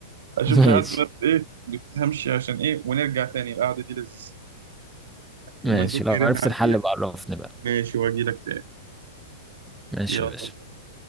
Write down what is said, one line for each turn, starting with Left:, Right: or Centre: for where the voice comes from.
Right: اشوف
Centre: ماشي
Right: في حد بس ايه بتهمشي عشان ايه ونرجع تاني القعدة دي لذيذة المندوب
Centre: ماشي لو
Right: بيرن
Centre: عرفت
Right: عليا
Centre: الحل بعرفني بقى
Right: ماشي واجي لك تاني
Centre: ماشي
Right: يلا
Centre: يا باشا